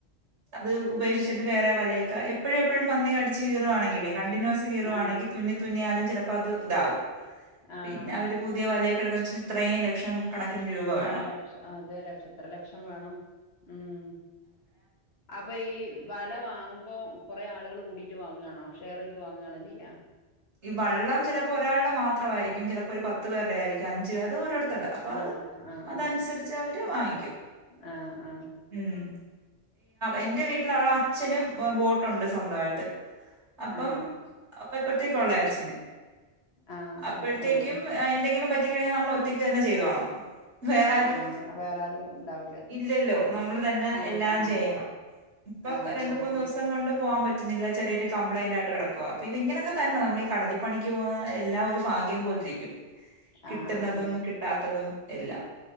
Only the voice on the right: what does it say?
അത് ഉപക്ഷിച്ചിട്ട് വേറെ വലയൊക്കെ എപ്പോഴും എപ്പോഴും പന്നി കടി ച്ച് കീറുവാണെങ്കിലെ കണ്ടിന്യൂസ് കീറുവാണെങ്കിൽ
തുന്നി തുന്നിയാലും ചിലപ്പോ അത് ഇതാവും
പിന്നെ അവര് പുതിയ വലയൊക്കെ എടുത്ത് വെച്ച് ഇത്രയും ലക്ഷം കണക്കിന് രൂപ
വേണം
ഈ വെള്ളം ചിലപ്പോ ഒരാളുടെ മാത്രമായിയിരിക്കും ചിലപ്പോ ഒരു പത്തു പേരുടെ ആരിക്കും അഞ്ച് പേർ ഓരോട് ത്തത് അപ്പ
അത്
അതനുസരിച്ച് അവര് വാങ്ങിക്കും
ഉം എന്റെ വീട്ടിൽ അവടെ അച്ഛന് ബോട്ടുണ്ട് സ്വന്തമായിട്ട് അപ്പം
അ ഒ കൊള്ളയ അച്ചന്
അപ്പോഴത്തേക്കും
അയ് ന്തെങ്കിലും പറ്റി കഴിഞ്ഞാൽ നമ്മൾ ഒറ്റക്ക്ന്നെ ചെയ്തോണം വേറാരും
ഇല്ലല്ലോ നമ്മൾ തന്നെ
എല്ലാം
ചെയ്യണം ഇപ്പൊ
രണ്ട്
മൂന്ന് ദിവസം കൊണ്ട് പോകാൻ പറ്റ് റ്റില്ല ചെറിയരു കംപ്ലൈൻ്റ് ആയിട്ട് കിടക്കുവാ അപ്പൊ ഇത് ഇങ്ങനക്കെ തന്നെ നമ്മൾ ഈ കടലപ്പണിക്ക് പോകുന്ന എല്ലാ ഒരു ഭാഗ്യം പോലെരിക്കും കിട്ടുന്നതും
കിട്ടാത്തതും എല്ല